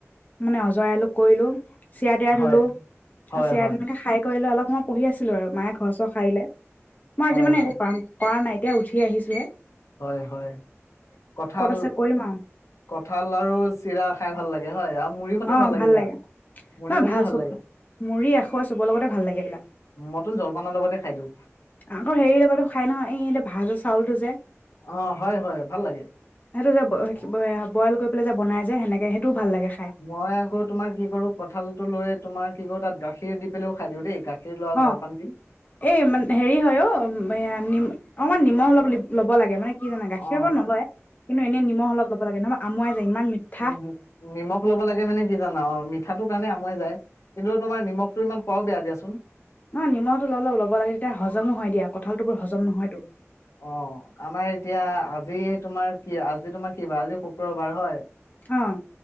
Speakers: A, on the left; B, on the left.
A: মানে অজৰালোক কৰিলো। ছিয়া দিয়া
B: হয়
A: ধুলো
B: হয়
A: ছিয়া
B: হয়
A: দিল খাই কৰিলে অলপ সময় পঢ়ি আছিলো আৰু মায়ে ঘৰ চৰ খাৰিলে। মই
B: হয়
A: আজি মানে
B: হয়
A: একো কৰাম কৰা নাই। এতিয়া উঠি আহিছোঁহে।
B: হয় হয়, কঠাল
A: আছে কৰিম আৰু
B: কঠাল আৰু চিৰা খাই ভাল লাগে হয়, আৰু মুড়ি সতিও
A: অ', ভাল
B: দিয়া
A: লাগে,
B: মুড়ি
A: নহ
B: সতিও
A: ভাল চব,
B: লাগে
A: মুৰী আখৈ চবৰ লগতে ভাল লাগে এইবিলাক।
B: মটন জলপানৰ লগতে খাই দিওঁ
A: আকৌ হেৰিৰ লগতো খাই নহয় এই এতিয়া ভাজ চাউল যে।
B: অ হয় হয় ভাল লাগে
A: সেইটো যে বৈ-বৈয়া-বইল কৰি পেলাই যে বনাই য যে সেনেকে সেইটোও ভাল লাগে খাই।
B: মই আকৌ তোমাৰ কি কৰো কঁঠালটো লৈ তোমাৰ কি কৰো তাত গাখীৰ দি পেলও খাই দিওঁ দেই, গাখীৰ লোৱা জলপান
A: অ',
B: দি
A: এই ম হেৰি হয় অ' এ নি অমান নিমখ অলপ ল'ব লাগে মানে কি জানা গাখীৰৰ
B: অ
A: বাৰ নলয়, কিন্তু এনে নিমখ অলপ লব লাগে নহয় আমুৱাই যায় ইমান মিঠা
B: উ নিমখ লব লাগে মানে কি জানা অ', মিঠাটোৰ কাৰণে সোমাই যায়, কিন্তু তোমাৰ, নিমখটো ইমান খোৱাও বেয়া দিয়া চোন।
A: নহয়, নিমখটো অলপ ল'ব, লাগে তেতিয়া হজমো হয়, দিয়া কঁঠালটো বৰ, হজম নহয়তো।
B: অ, আমাৰ এতিয়া আজি, তোমাৰ কি আজি, তোমাৰ কি বাৰ, আজি শুক্ৰবাৰ হয়।
A: অ',